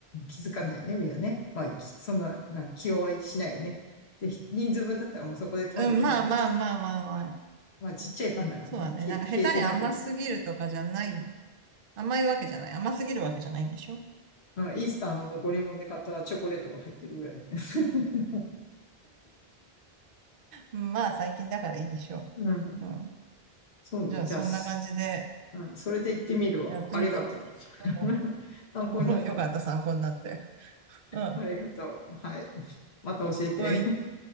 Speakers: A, on the left (about 85°); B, on the right (about 60°).
A: 気づかないね、みんなね。まあ、きそんな、まあ、気弱いしないよね。で、ひ人数分だったらもうそこで食べてね。
B: うん、まあまあまあまあまあ。
A: まあちっちゃいパンだからね。
B: そうだね。
A: 消え消えてなく、
B: なんか下手に甘すぎるとかじゃない甘いわけじゃない。甘すぎるわけじゃないんでしょ
A: うんイースターの残り物で買ったチョコレートが入ってるぐらいで。<laughs>
B: うんまあ、最近だからいいでしょ
A: うん。
B: う。うん。
A: そうね。
B: じゃあ、
A: じゃあ、
B: そんな感じで
A: すうん、それで行ってみるわ。
B: やってみてよ。
A: ありがとう。
B: うんうん
A: <laughs> 参考になったわ。
B: <laughs> よかった、参考になって。うん。
A: ありがとう。はい。また教えて。
B: おい。